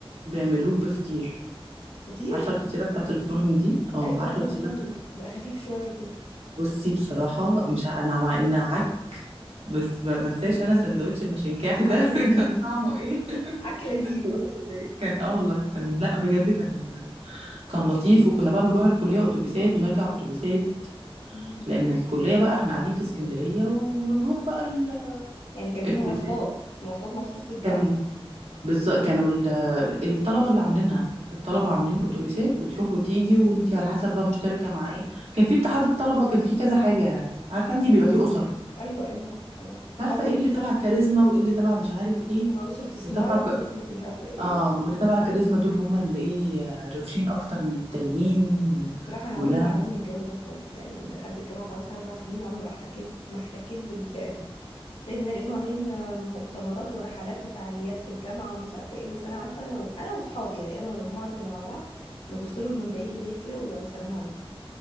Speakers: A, on the right (about 85°); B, on the left (about 75°).
A: بيعملوه بفطير
B: فطير
A: عارفة الفطيرة بتاعت الفرن دي اه
B: ايوه
A: عارفة
B: ايوه
A: الفطيرة
B: اللي هو
A: بتاعت
B: الم- بقى خفيف شويه كده
A: بصي بصراحة مش ع- أنا مع إنها عك بس ما ما انساش أنا سندوتش الماشين كاح ده
B: عك لذيذ
A: <laughs> كان طعمه
B: <laughs>
A: ايه <laughs>
B: عك لذيذ
A: ولا كان اه والله كان لا بجد كان كان لطيف وكنا بقى بنروح الكلية أتوبيسات ونرجع أتوبيسات
B: مم.
A: لأن الكلية بقى احنا قاعدين في اسكندرية وبنروح بقى ال-
B: يعني كان في
A: الكلية
B: مواصلات مواصلات مخصوص للجامعه
A: كان بالظبط كانوا ال- الطلبة اللي عاملينها الطلبة عاملين أتوبيسات بتروح وتيجي وانتي على حسب بقى مشتركة مع ايه كان في اتحاد الطلبة كان في كذا حاجة يعني عارفة انتي بيبقى في أسر
B: ايوه ايوه عارفه الحاجات دي
A: عارفة
B: عمري
A: ايه اللي تبع كاريزما وايه اللي تبع مش عارف ايه
B: ما اسره سمايل
A: وتبع ك...
B: اسره مش عارفه ايه
A: اه واللي تبع كاريزما دول هم اللي ايه روشين اكتر من التانيين و...
B: بس بصراحه انا
A: ولا
B: عمري ما عجبني الجو ده خالص يعني دخلت الجامعه خرجت اربع سنين عمري ما احتكيت ما احتكيت بالفئه دي دايما الاقيهم عاملين آه، مؤتمرات ورحلات وفعاليات في الجامعه ومش عارفه ايه بس انا عارفه انا و... انا واصحابي يعني انا والمجموعه اللي كنا مع بعض نبص لهم من بعيد لبعيد كده والسلام عليكم